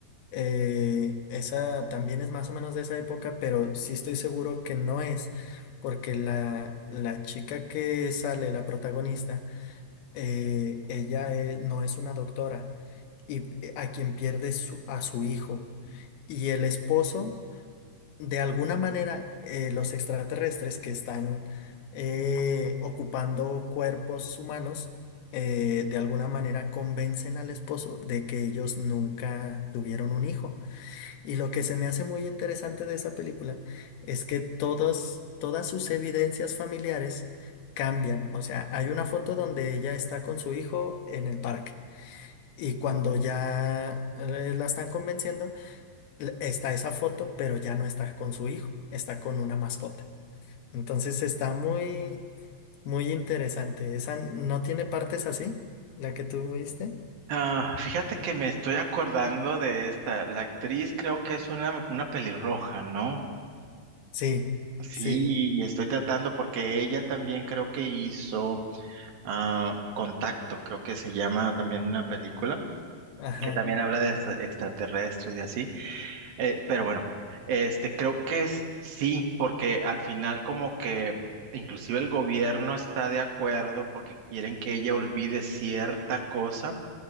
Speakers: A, on the left; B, on the right.
A: eh, esa también es más o menos de esa época, pero sí estoy seguro que no es, porque la, la chica que sale, la protagonista, eh, ella eh, no es una doctora y p- a quien pierde su- a su hijo. Y el esposo de alguna manera, eh, los extraterrestres que están eh, ocupando cuerpos humanos, eh, de alguna manera convencen al esposo de que ellos nunca tuvieron un hijo. Y lo que se me hace muy interesante de esa película es que todas todas sus evidencias familiares cambian. O sea, hay una foto donde ella está con su hijo en el parque. Y cuando ya eh, la están convenciendo, l- está esa foto, pero ya no está con su hijo, está con una mascota. Entonces está muy, muy interesante. Esa no tiene partes así, la que tú viste.
B: Ah, fíjate que me estoy acordando de esta. La actriz creo que es una, una pelirroja, ¿no?
A: Sí,
B: Sí,
A: sí,
B: y estoy tratando porque ella también creo que hizo ah, Contacto, creo que se llama también una película
A: ajá,
B: que también habla de extra- extraterrestres y así. Eh, pero bueno, este creo que es- sí, porque al final como que inclusive el gobierno está de acuerdo porque quieren que ella olvide cierta cosa